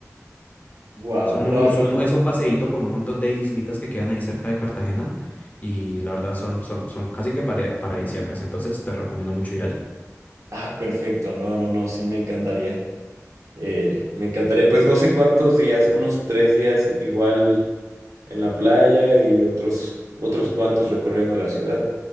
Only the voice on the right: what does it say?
Wow,
no,
Ah, perfecto. No, no, no, sí me encantaría. Eh, me encantaría, pues no sé cuántos días, unos tres días igual en la playa y otros, otros cuantos recorriendo la ciudad.